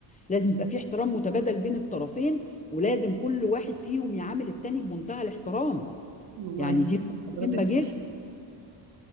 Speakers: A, on the left; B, on the right.
A: لازم يبقى في احترام متبادل بين الطرفين ولازم كل واحد فيهم يعامل التاني بمنتهى الاحترام
B: والله
A: يعني دي نقطة
B: حضرتك
A: مهمة جدا
B: صح